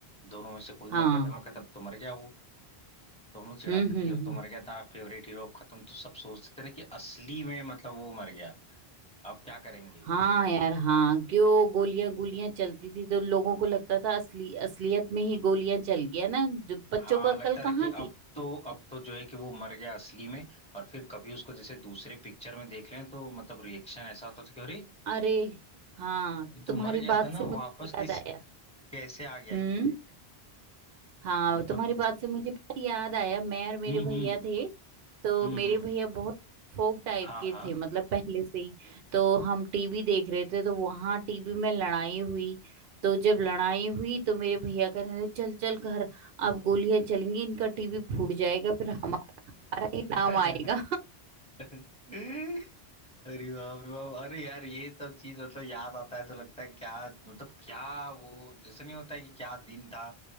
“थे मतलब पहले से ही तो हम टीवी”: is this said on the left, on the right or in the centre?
Right